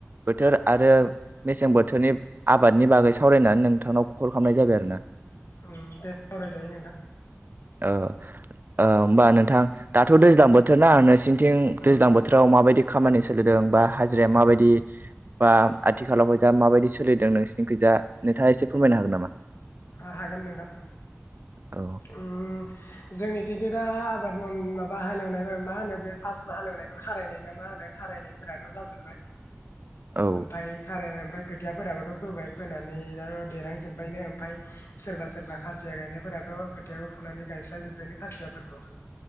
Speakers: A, on the right; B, on the left.
A: बो थोर आरो मेसें बोथोरनि आबादनि बागै सावरायनानै नोंथांनाव खल खालामनाय जाबाय आरो ना
B: उम दे आरायजायो नोंथां
A: ओ। औ होमबा नोंथां दाथ' दैज्लां बोथोर ना नोंसि थिं
B: ओं
A: दैज्लां बोथोराव माबायदि खामानि सोलिदों बा हाजिराया माबायदि बा
B: ओम
A: आथिखालावहाय जा माबायदि? सोलिदों नोंसोरनिखैजा नोंथाङा एसे फोरमायनो हागोन नामा?
B: हा हागोन नोंथां
A: औ
B: उम जोंनिथिंथि दा आबाद माव-माबा हालेवनो नो मा होनो बे फास हालेवनायखौ खारायनाय ना मा होनो खारायनायफोराथ जाजोब्बाय।
A: औ
B: ओमफाय खारो ओमफाय खोथियाफोराबोथ फोबाय फोनानै दाना देरहांजोबबायनो ओमफाय सोरबा सोरबा खासिया गायनायफोराथ खोथियाखौ फुनानै गायस्लायजोबायनो खासियाफोरखौ।